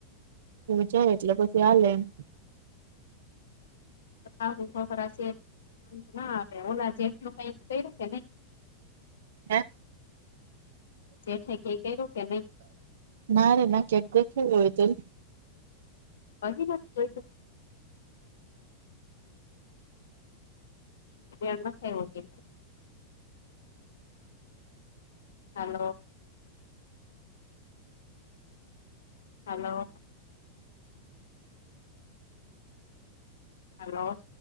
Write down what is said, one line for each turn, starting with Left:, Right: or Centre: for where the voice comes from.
Right: જાય એટલે પછી હાલે એમ.
Left: ખ ખરા છે વાંધ ના આવે ઓલા જેટલું કઈક કર્યું કે નઈ.
Right: હા
Left: તેઠ કઈ કર્યું કે ન.
Right: ના રે ના કેટ દખ હોઈતલ.
Left: હજી જો. થ ઓગે. હલો. હલો. હલો.